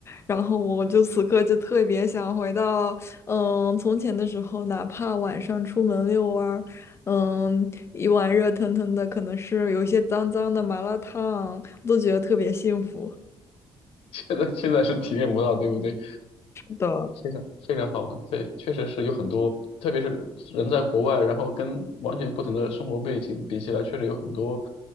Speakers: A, on the left; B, on the left.
A: 然后我就此刻就特别想回到，嗯，从前的时候，哪怕晚上出门遛弯儿。嗯，一碗热腾腾的，可能是有一些脏脏的麻辣烫，都觉得特别幸福。
B: 现在现在是体验不到，对不对？
A: 的，
B: 非常非常好玩，对，确实是有很多，特别是人在国外，然后跟完全不同的生活背景比起来，确实有很多